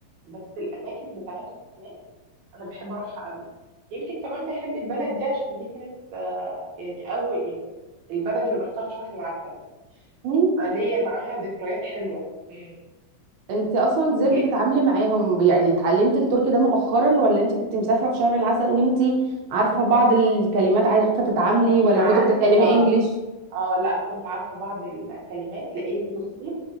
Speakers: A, on the right; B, on the right.
A: بس الاماكن بتاعتهم هناك انا بحب اروحها قوي يمكن كمان بحب البلد دي عشان دي كانت آه، يعني اول يعني البلد اللي رحتها في شهر العسل
B: مم.
A: فليا معاها ذكريات حلوه مم.
B: انت اصلا ازاي بتتعاملي
A: ج-
B: معاهم يعني اتعلمتي التركي ده مؤخرا ولا انت كنت مسافره في شهر العسل وانت عارفه بعض الكلمات عارفه تتعاملي
A: كنت
B: ولا
A: عارفه
B: كنت بتتكلمي
A: بعض
B: انجليش
A: اه لا كنت عارفة بعض الكلمات لاني بصي